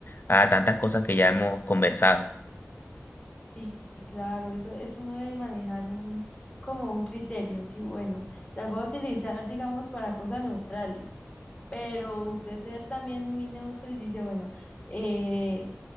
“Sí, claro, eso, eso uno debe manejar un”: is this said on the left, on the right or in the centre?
Left